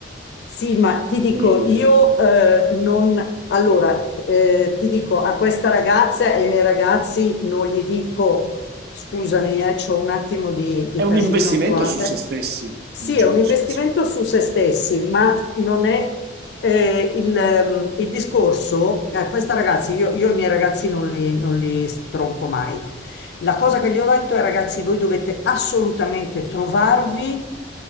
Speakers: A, on the left; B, on the right.
A: Sì, ma ti dico,
B: come dire,
A: io eh, non... Allora,
B: no?
A: eh, ti dico, a questa ragazza e ai miei ragazzi non gli dico, scusami, eh, c'ho un attimo di, di
B: È un
A: casino
B: investimento
A: qua.
B: su
A: eh.
B: se stessi, in
A: Sì,
B: un certo
A: è un investimento
B: senso.
A: su se stessi, ma non è eh, il, ehm, il discorso. A questa ragazza, io, io i miei ragazzi non li, non li stronco mai. La cosa che gli ho detto è, ragazzi, voi dovete assolutamente trovarvi